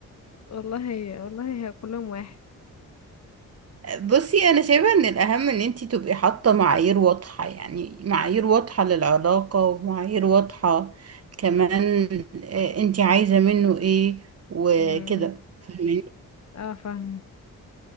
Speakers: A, on the left; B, on the right.
A: والله والله هي كلهم واحد
B: بصي انا شايفة ان الاهم ان انت تبقي حاطة معايير واضحة يعني معايير واضحة للعلاقة ومعايير واضحة كمان آه انت عايزة منه ايه وكده
A: امم
B: فاهماني؟
A: اه فاهمة